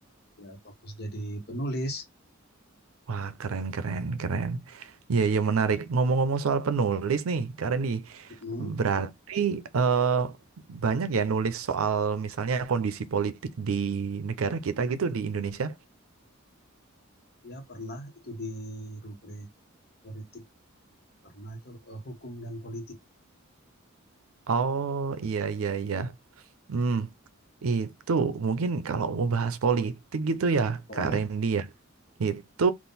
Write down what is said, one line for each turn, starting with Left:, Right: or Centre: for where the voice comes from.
Left: ya fokus jadi penulis.
Right: Wah keren keren keren. Iya iya menarik. Ngomong-ngomong soal penulis nih Kak Randy,
Left: Mm-mm.
Right: berarti eh, banyak ya nulis soal misalnya kondisi politik di negara kita gitu di Indonesia?
Left: Ya pernah itu di rubrik politik, pernah itu eh, hukum dan politik.
Right: Oh iya iya iya. Hmm. Itu mungkin kalau mau bahas politik gitu ya,
Left: Boleh.
Right: Kak Randy ya. Itu